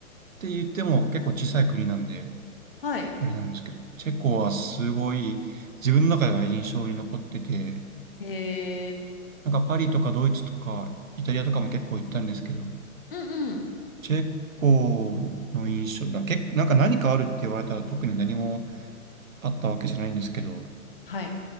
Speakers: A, on the right; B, on the left.
A: て言っても結構小さい国なんで、
B: はい。
A: あれなんですけど、チェコはすごい自分の中では印象に残ってて、
B: へえ。
A: なんかパリとかドイツとかイタリアとかも結構行ったんですけど、
B: うんうん。
A: チェコの印象、な、け、なんか何かあるって言われたら特に何もあったわけじゃないんですけど、
B: はい。